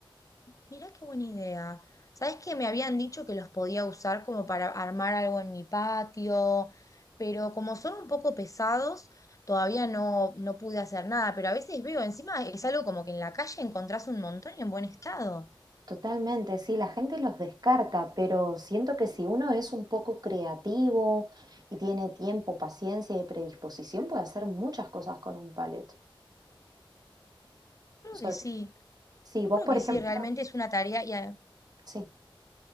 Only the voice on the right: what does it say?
Totalmente, sí, la gente los descarta, pero siento que si uno es un poco creativo y tiene tiempo, paciencia y predisposición, puede hacer muchas cosas con un palet.
Sobre-
sí,
vos
por
ejemplo,
sí.